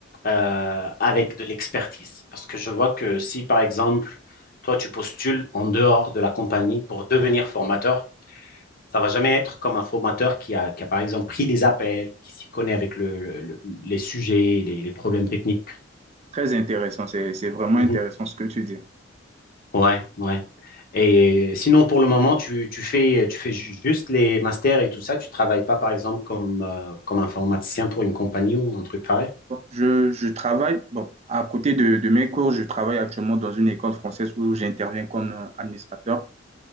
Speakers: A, on the left; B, on the right.
A: euh, avec de l'expertise. Parce que je vois que si, par exemple, toi, tu postules en dehors de la compagnie pour devenir formateur, ça va jamais être comme un formateur qui a, qui a par exemple, pris les appels, qui s'y connaît avec le, le- le- les sujets, les, les problèmes techniques.
B: Très intéressant. C'est, c'est vraiment
A: Mhm.
B: intéressant ce que tu dis.
A: Ouais, ouais. Et sinon, pour le moment, tu, tu fais, tu fais ju- juste les masters et tout ça. Tu travailles pas, par exemple, comme, euh, comme informaticien pour une compagnie ou un truc pareil.
B: Bon, je, je travaille, bon, à côté de, de mes cours, je travaille actuellement dans une école française où j'interviens comme euh, administrateur.